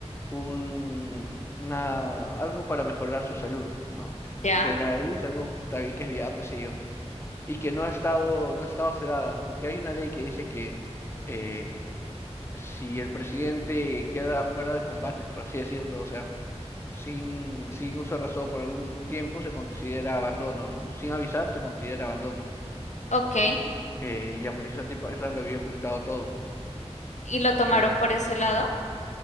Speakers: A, on the left; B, on the left.
A: un, una- algo para mejorar su salud, ¿no? Eh,
B: Ya,
A: De nariz, algo también que es viado, qué sé yo, y que no ha estado, no ha estado sedada, porque hay una ley que dice que eh, si el presidente queda fuera de combates por así decirlo, o sea, sin, sin uso de razón por algún tiempo, se considera abandono, ¿no? Sin avisar, se considera abandono.
B: ok.
A: Eh, ya, pues esa tipa, esa lo había ocultado todo.
B: ¿Y lo tomaron
A: Eh,
B: por ese lado?